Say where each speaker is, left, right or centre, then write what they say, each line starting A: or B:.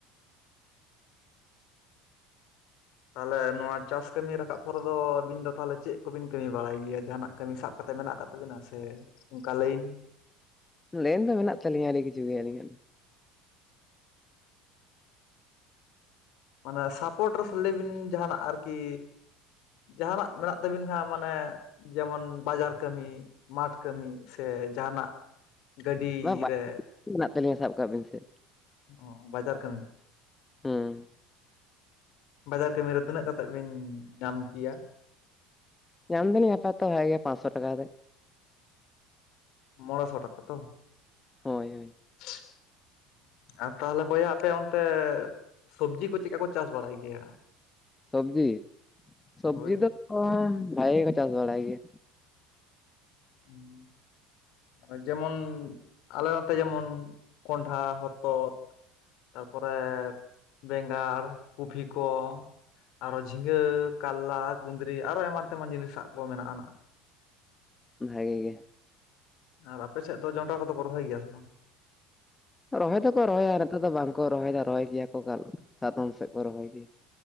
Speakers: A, on the left; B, on the left.
A: ᱛᱟᱦᱞᱮ ᱱᱚᱣᱟ ᱪᱟᱥ ᱠᱟᱹᱢᱤ ᱨᱟᱠᱟᱵ ᱯᱚᱨᱮ ᱫᱚ ᱟᱹᱵᱤᱱ ᱫᱚ ᱛᱟᱦᱞᱮ ᱪᱮᱜ ᱠᱚᱵᱤᱱ ᱠᱟᱹᱢᱤ ᱵᱟᱲᱟᱭ ᱜᱮᱭᱟ? ᱡᱟᱦᱟᱱᱟᱜ ᱠᱟᱹᱢᱤ ᱥᱟᱵ ᱠᱟᱛᱮᱜ ᱢᱮᱱᱟᱜ ᱟᱠᱟᱫ ᱛᱟᱵᱤᱱᱟ ᱥᱮ ᱚᱱᱠᱟ ᱞᱟᱹᱭᱤᱱ
B: ᱞᱮᱭᱤᱱ ᱫᱚ ᱢᱮᱱᱟᱜ ᱛᱟᱞᱤᱧᱟ ᱟᱹᱰᱤ ᱠᱤᱪᱷᱩ ᱜᱮ ᱟᱹᱞᱤᱧᱟᱜ ᱫᱚ᱾
A: ᱢᱟᱱᱮ ᱥᱟᱯᱚᱴ ᱨᱮ ᱥᱮᱞᱟᱹᱭ ᱵᱤᱱ ᱡᱟᱦᱟᱱᱟᱜ ᱟᱨᱠᱤ ᱡᱟᱦᱟᱱᱟᱜ ᱢᱮᱱᱟᱜ ᱛᱟᱹᱵᱤᱱ ᱠᱷᱟᱸ ᱢᱟᱱᱮ ᱡᱮᱢᱚᱱ ᱵᱟᱡᱟᱨ ᱠᱟᱹᱢᱤ, ᱢᱟᱴ ᱠᱟᱹᱢᱤ ᱥᱮ ᱡᱟᱦᱟᱱᱟᱜ ᱜᱟᱹᱰᱤ
B: ᱢᱟ ᱵᱟᱭ
A: ᱨᱮ
B: ᱢᱮᱱᱟᱜ ᱛᱟᱹᱞᱤᱧᱟ ᱥᱟᱵ ᱠᱟᱜ ᱵᱮᱱ ᱥᱮ᱾
A: ᱚ ᱵᱟᱡᱟᱨ ᱠᱟᱹᱢᱤ᱾
B: ᱦᱩᱸ
A: ᱵᱟᱡᱟᱨ ᱠᱟᱹᱢᱤ ᱨᱮ ᱛᱤᱱᱟᱹᱜ ᱠᱟᱛᱮᱜ ᱵᱤᱱ ᱧᱟᱢ ᱠᱤᱭᱟ?
B: ᱧᱟᱢ ᱫᱟᱞᱤᱧ ᱟᱯᱟᱛ ᱛᱚ ᱵᱷᱟᱜᱤ ᱜᱮ ᱯᱟᱸᱫᱥᱚ ᱴᱟᱠᱟ ᱠᱟᱛᱮ᱾
A: ᱢᱚᱲᱮ ᱥᱚ ᱴᱟᱠᱟ ᱛᱚ?
B: ᱦᱳᱭ ᱦᱳᱭ
A: <inaudible> ᱟᱨ ᱛᱟᱦᱚᱞᱮ ᱵᱚᱭᱦᱟ ᱟᱯᱮ ᱚᱱᱛᱮ ᱥᱚᱵᱡᱤ ᱠᱚ ᱪᱮᱫᱠᱟ ᱠᱚ ᱪᱟᱥ ᱵᱟᱲᱟᱭ ᱜᱮᱭᱟ?
B: ᱥᱚᱵᱡᱤ ᱥᱚᱵᱡᱤ
A: ᱦᱳᱭ
B: ᱫᱚ ᱠᱚᱱ ᱵᱷᱟᱜᱮ ᱠᱚ ᱪᱟᱥ ᱵᱟᱲᱟᱭ ᱜᱮᱭᱟ᱾
A: ᱦᱩᱸ ᱢᱟᱱᱮ ᱡᱮᱢᱚᱱ ᱟᱞᱮ ᱱᱚᱛᱮ ᱡᱮᱢᱚᱱ ᱠᱚᱸᱰᱷᱟ, ᱦᱚᱛᱚᱫ, ᱛᱟᱨᱯᱚᱨᱮ ᱵᱮᱸᱜᱟᱲ ᱠᱩᱯᱷᱤ ᱠᱚ ᱟᱨᱚ ᱡᱷᱤᱝᱜᱟᱹ ᱠᱟᱞᱞᱟ ᱠᱩᱸᱫᱽᱨᱤ ᱟᱨᱚ ᱮᱢᱟᱱ ᱛᱮᱢᱟᱱ ᱡᱤᱱᱤᱥ ᱟᱜ ᱠᱚ ᱢᱮᱱᱟᱜ-ᱟ ᱱᱟᱜ᱾
B: ᱵᱷᱟᱜᱮ ᱜᱮ
A: ᱟᱨ ᱟᱯᱮ ᱥᱮᱜ ᱫᱚ ᱡᱚᱸᱱᱰᱨᱟ ᱠᱚᱫᱚ ᱠᱚ ᱨᱚᱦᱚᱭ ᱜᱮᱭᱟ ᱥᱮ ᱵᱟᱝ?
B: ᱨᱚᱦᱚᱭ ᱫᱚᱠᱚ ᱨᱚᱦᱚᱭᱟ ᱱᱮᱛᱟᱨ ᱫᱚ ᱵᱟᱝᱠᱚ ᱨᱚᱦᱚᱭ ᱫᱟ ᱨᱚᱦᱚᱭ ᱜᱮᱭᱟ ᱠᱚ ᱠᱟᱞ ᱥᱟᱛᱚᱢ ᱥᱮᱫ ᱠᱚ ᱨᱚᱦᱚᱭ ᱜᱮᱭᱟ᱾